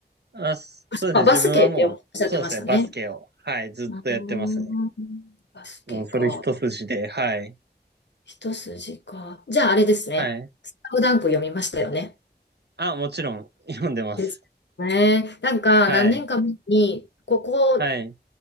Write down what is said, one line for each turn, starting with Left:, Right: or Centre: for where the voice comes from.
Right: あ、そうですね。
Left: あ、
Right: 自分はもう、
Left: バスケっておっしゃってましたね。
Right: そうですね。バスケを、はい、ずっとやってますね。
Left: うーん、バスケか。
Right: もうそれ一筋で、はい。
Left: 一筋か。じゃああれですね。
Right: はい。
Left: スラムダンク読みましたよね。
Right: あ、もちろん、読んでます。
Left: ですね。なんか何年か前に、
Right: はい。
Left: ここ、
Right: はい。
Left: こ